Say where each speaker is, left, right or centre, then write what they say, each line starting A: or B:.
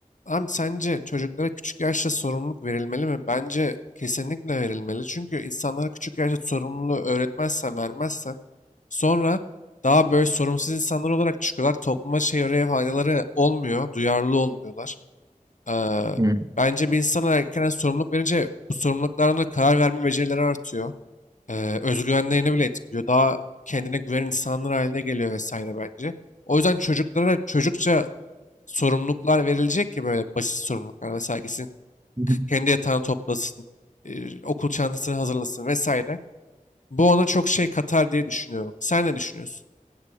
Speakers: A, on the left; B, on the right.
A: Abi sence çocuklara küçük yaşta sorumluluk verilmeli mi? Bence kesinlikle verilmeli. Çünkü insanlara küçük yaşta sorumluluğu öğretmezsen, vermezsen sonra daha böyle sorumsuz insanlar olarak çıkıyorlar. Topluma şey oraya faydaları olmuyor, duyarlı olmuyorlar. Ee,
B: Hı.
A: bence bir insana erken sorumluluk verince bu sorumluluklarına karar verme becerileri artıyor. Ee, özgüvenlerini bile etkiliyor. Daha kendine güven insanlar haline geliyor vesaire bence. O yüzden çocuklara çocukça sorumluluklar verilecek ki böyle basit sorumluluklar. Mesela gitsin
B: Hı
A: k-
B: hı.
A: kendi yatağını toplasın, e, okul çantasını hazırlasın vesaire. Bu ona çok şey katar diye düşünüyorum. Sen ne düşünüyorsun?